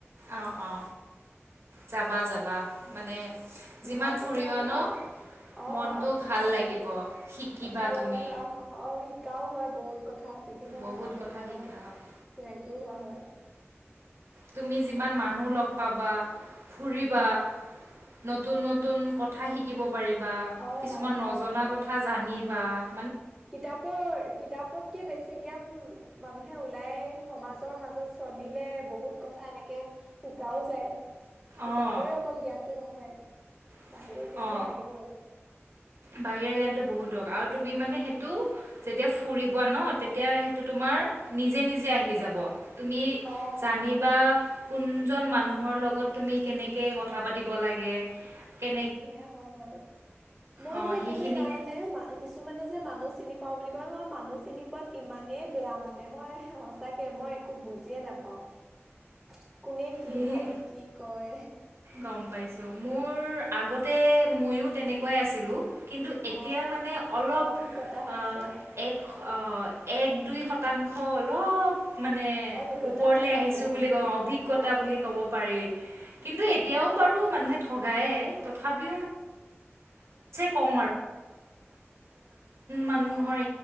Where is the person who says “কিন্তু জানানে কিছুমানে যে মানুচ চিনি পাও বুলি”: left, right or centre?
Centre